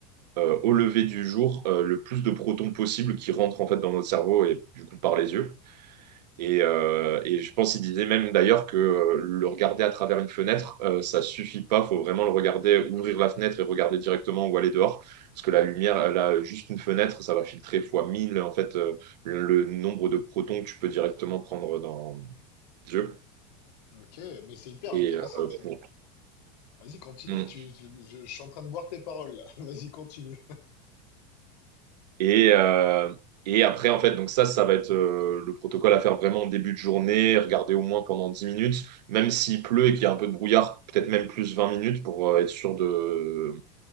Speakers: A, on the right; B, on the left.
A: euh, au lever du jour euh, le plus de protons possible qui rentrent en fait dans notre cerveau et du coup par les yeux. Et, euh, et je pense qu'il disait même d'ailleurs que euh, le regarder à travers une fenêtre, euh, ça suffit pas. Faut vraiment le regarder, ouvrir la fenêtre et regarder directement où aller dehors. Parce que la lumière, elle a juste une fenêtre, ça va filtrer fois 1000 en fait euh, le, le nombre de protons que tu peux directement prendre dans les yeux.
B: Ok, mais c'est hyper
A: Et,
B: intéressant
A: euh,
B: ça.
A: pour-
B: Vas-y, continue,
A: Mm.
B: tu, je, je- je suis en train de boire tes paroles là. <laughs> Vas-y, continue.
A: et, euh, et après, en fait, donc ça, ça va être euh, le protocole à faire vraiment en début de journée, regarder au moins pendant 10 minutes, même s'il pleut et qu'il y a un peu de brouillard, peut-être même plus 20 minutes pour euh, être sûr de,